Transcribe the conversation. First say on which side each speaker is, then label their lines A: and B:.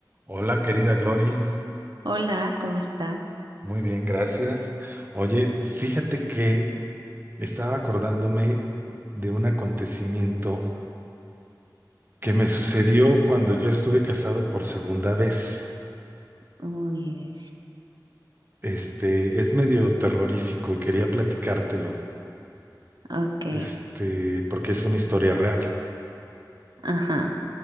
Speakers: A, on the right (about 25°); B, on the right (about 75°).
A: Hola, querida Glory.
B: Hola, ¿cómo está?
A: Muy bien, gracias. Oye, fíjate que estaba acordándome de un acontecimiento que me sucedió cuando yo estuve casado por segunda vez.
B: Uy,
A: Este, es medio terrorífico y quería platicártelo,
B: ok,
A: este, porque es una historia real.
B: ajá.